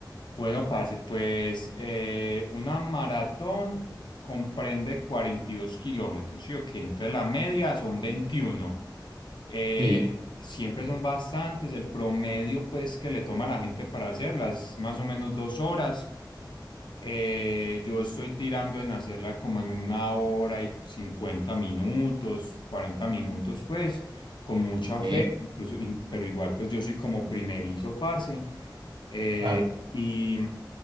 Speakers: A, on the left (about 70°); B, on the right (about 75°).
A: Bueno, parce, pues eh, una maratón comprende 42 kilómetros, ¿sí o qué? Entonces la media son veintiuno, Eh,
B: Sí,
A: siempre son bastantes, el promedio pues que le toma a la gente para hacerlas, más o menos dos horas. Eh, yo estoy tirando en hacerla como en una hora y 50 minutos, 40 minutos, pues, con mucha
B: ve,
A: fe, incluso, in- pero igual, pues yo soy como primerizo, parce. Eh,
B: claro.
A: y